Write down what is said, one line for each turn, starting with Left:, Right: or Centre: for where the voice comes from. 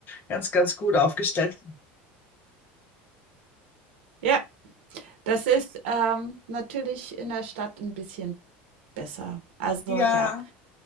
Left: Ganz, ganz gut aufgestellt.
Right: Ja, das ist, ähm, natürlich in der Stadt ein bisschen besser. Also,
Left: Ja.
Right: ja,